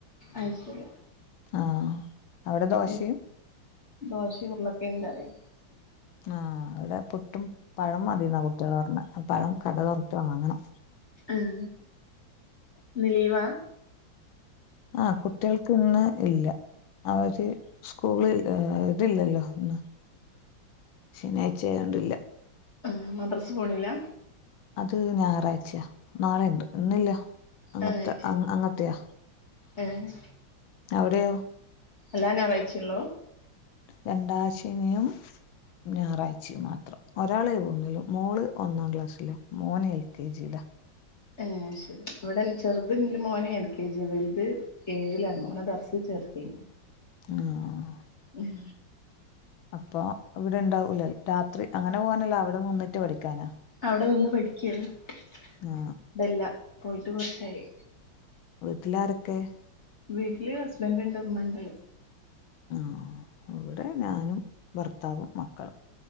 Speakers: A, on the left; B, on the left.
A: അയ് ശരി
B: ആഹ് അവിടെ ദോശയും
A: ഉം, ദോശയും ഉരുളക്കിഴങ്ങ് കറിയും
B: ആഹ അൾഇവിടെ പുട്ടും പഴം മതിന്നാ കുട്ടികൾ പറഞ്ഞ പഴം കട് വറത്തതും വാങ്ങണം
A: ഉം ഇന്ന്ലീവാ
B: ആഹ കുട്ടികൾക്ക് ഇന്ന് ഇല്ല അവര് സ്കൂള് ഇതില്ലല്ലോ ഇന്ന് ശനിയാഴ്ച ആയോതോണ്ടില്ല
A: ആ മദ്റസ് പോണില്ലേ
B: അത് ഞായറാഴ്ചയാ നാളെണ്ട് ഇന്നില്ല അങ്ങത്തെ
A: ആഹ് ശരി
B: അ അങ്ങത്തെയാ
A: ഏഹ്
B: അവിടെയോ
A: എല്ലാ ഞായറായ്ച്ചയുള്ളൂ
B: രണ്ടാം ശനിയും ഞായറാഴ്ചയും മാത്രം ഒരാളെ പോകുന്നുള്ളു മോള് ഒന്നാം ക്ലാസ്സില മോന് എൽ കെ ജി യിലാ
A: ഹേശരി ഇവിടെ ചെറുതണ്ട് എന്റെ മോനെ എൽ കെ ജി വലുത് ഏഴിലാണ് ഓനെ ദർസീച്ചേർത്തി
B: ആഹ
A: ഉം
B: അപ്പൊ ഇവിടെ ഉണ്ടാവൂല രാത്രി അങ്ങനെ പോകാനല്ലോ അവിടെ നിന്നിട്ട് പഠിക്കാനാ
A: അവിടെ നിന്ന് പഠിക്കാ ഇപ്പില്ല
B: ആ
A: പോയിട്ട് കുറച്ചായി
B: വീട്ടിലാരൊക്കെ
A: വീട്ടില് ഹസ്ബൻഡ് ഉണ്ട് ഉമ്മണ്ട്
B: ആ ഇവിടെ ഞാനും ഭർത്താവും മക്കളും